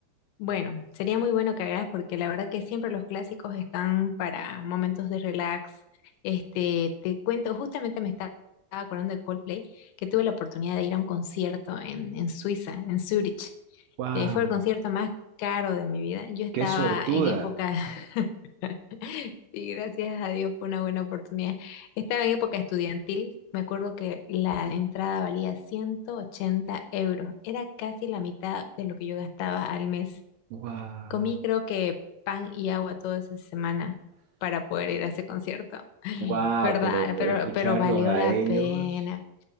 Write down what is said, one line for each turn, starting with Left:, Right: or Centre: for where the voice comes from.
Left: Bueno, sería muy bueno que hagas porque la verdad que siempre los clásicos están para momentos de relax. Este, te cuento, justamente me estaba acordando de Coldplay, que tuve la oportunidad de ir a un concierto en, en Suiza, en Zurich.
Right: Wow,
Left: Eh, fue el concierto más caro de mi vida. Yo estaba
Right: Qué suertuda.
Left: en época, <laughs> sí, gracias a Dios fue una buena oportunidad. Estaba en época estudiantil. Me acuerdo que la entrada valía 180 euros. Era casi la mitad de lo que yo gastaba al mes.
Right: wow.
Left: Comí creo que pan y agua toda esa semana para poder ir a ese concierto, <laughs>
Right: Wow,
Left: ¿verdad?
Right: pero
Left: Pero,
Right: escucharlos
Left: pero valió
Right: a
Left: la
Right: ellos.
Left: pena.